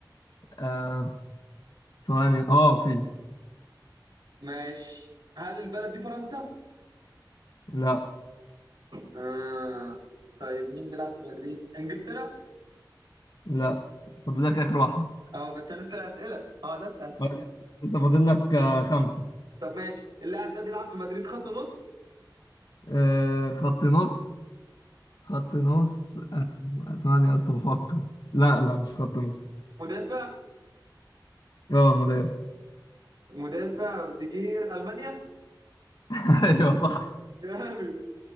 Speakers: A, on the left; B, on the right.
A: آه ثواني اه في
B: ماشي هل البلد دي فرنسا
A: لا
B: آه. طيب مين بيلعب في مدريد؟ انجلترا؟
A: لا فاضل لك اخر واحدة
B: اه بس انا لسه اسئله اه ده اسال
A: اه لسه لسه فاضل لك آه خمسة
B: طب ماشي اللاعب ده بيلعب في مدريد خط نص
A: آه خط نص خط نص ثواني يا اسطى بفكر لا لا مش خط نص
B: مدافع
A: اه مدافع
B: مدافع روديجير المانيا
A: <laughs> ايوه صح
B: <laughs> جامد